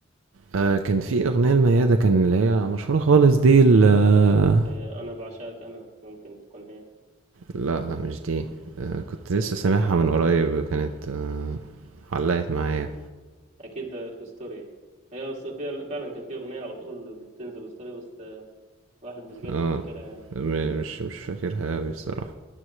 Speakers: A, on the right; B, on the right.
A: آه كان في أغنية لميادة كان اللي هي مشهورة خالص دي ال آه،
B: آه، أنا بعشاك أنا ممكن تكون هي
A: لا لا مش دي آه كنت لسه
B: آه،
A: سامعها من قريب كانت آه علقت معايا
B: أكيد ده في ستوري هي بس في- فعلا كان في أغنية على طول بتنزل ستوري بس آه، واحد مش قادر
A: اه
B: يفتكرها يعني
A: م- مش مش فاكرها أوي الصراحة